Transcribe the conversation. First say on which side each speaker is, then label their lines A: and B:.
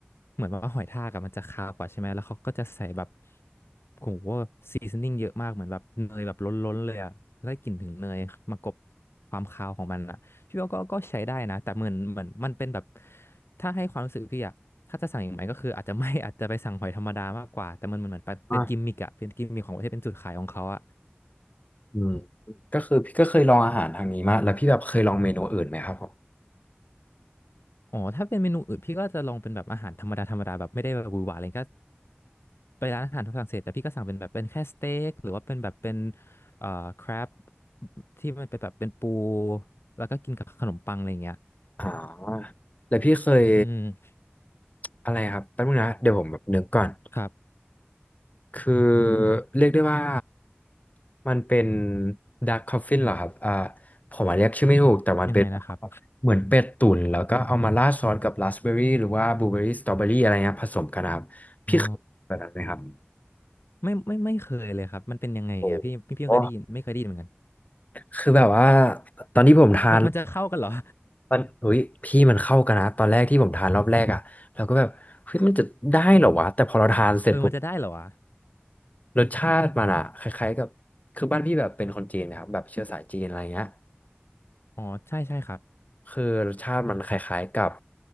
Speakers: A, on the left (about 70°); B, on the left (about 40°).
A: เหมือนแบบว่าหอยทากอะมันจะคาวกว่าใช่ไหมแล้วเขาก็จะใส่แบบโหซีซนนิ่งเยอะมากเหมือนแบบเนยแบบล้นๆเลยอ่ะได้กลิ่นถึงเนยมากลบความคาวของมันอะ พี่ว่าก็ก็ใช้ได้นะแต่เหมือนเหมือนมันเป็นแบบถ้าให้ความรู้สึกพี่อะถ้าจะสั่งอย่างไรก็คืออาจจะไม่ <laughs> อาจจะไปสั่งหอยธรรมดามากกว่าแต่มันเหมือนเหมือนปเป็นกิมมิกอะเป็นกิมมิกของประเทศเป็นจุดขายของเขาอะ
B: ว่าอืมก็คือพี่ก็เคยลองอาหารทางนี้มาแล้วพี่แบบเคยลองเมนูอื่นไหมครับผม
A: อ๋อถ้าเป็นเมนูอื่นพี่ก็จะลองเป็นแบบอาหารธรรมดาธรรมดาแบบไม่ได้แบบหวือหวาอะไรก็ไปร้านอาหารฝรั่งเศสแต่พี่ก็สั่งเป็นแบบเป็นแค่สเต็กหรือว่าเป็นแบบเป็นเอ่อครบที่มันเป็นแบบเป็นปูแล้วก็กินกับขนมปังอะไรอย่างเงี้ย
B: อ่าแล้วพี่เคย
A: อืม
B: อะไรครับแป๊บนึงนะเดี๋ยวผมแบบนึกก่อน
A: ครับ
B: คือเรียกได้ว่ามันเป็นด a r k กคอฟฟินเหรอครับอ่าผมอาจเรียกชื่อไม่ถูกแต่มันเป็น
A: ยังไงนะครับ
B: เหมือนเป็ดตุ๋นแล้วก็เอามาราดซอสกับราสเบอร์รี่หรือว่าบลูเบอร์รี่สตรอเบอรี่อะไรเงี้ยผสมกันนะครับพี่เคยแบบนั้นไหมครับ
A: อ๋อ ไม่ไม่ไม่เคยเลยครับมันเป็นยังไงอ่ะพี่พี่พี่เคยได้ยินไม่เคยได้ยินเหมือนกัน
B: โอ้โหคือแบบว่าตอนที่ผมทาน
A: มันมันจะเข้ากันเหรอ
B: มันอุ้ยพี่มันเข้ากันนะตอนแรกที่ผมทานรอบแรกอ่ะเราก็แบบเฮ้ยมันจะได้เหรอวะแต่พอเราทานเสร็จปุ๊บ
A: <laughs> เออมันจะได้เหรอวะ
B: รสชาติมันอ่ะคล้ายๆกับคือบ้านพี่แบบเป็นคนจีนนะครับแบบเชื้อสายจีนอะไรเงี้ย
A: อ๋อใช่ใช่ครับ
B: คือรสชาติมันคล้ายๆกับ